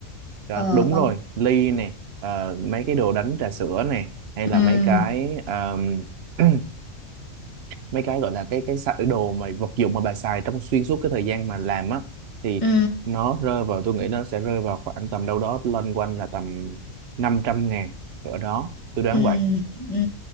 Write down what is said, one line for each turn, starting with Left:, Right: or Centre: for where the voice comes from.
Right: đó,
Left: ờ
Right: đúng
Left: ờ
Right: rồi ly này ờ, mấy cái đồ đánh trà sữa này hay
Left: ừ.
Right: là mấy cái ờm, <clears throat> mấy cái gọi là cái cái sa- đồ mà vật dụng mà bà xài trong xuyên suốt cái thời gian mà làm á thì
Left: Ừ.
Right: nó rơi vào tôi nghĩ nó sẽ rơi vào khoảng tầm đâu đó loanh quanh là tầm năm trăm ngàn ở đó tôi đoán
Left: ừ
Right: vậy
Left: ừ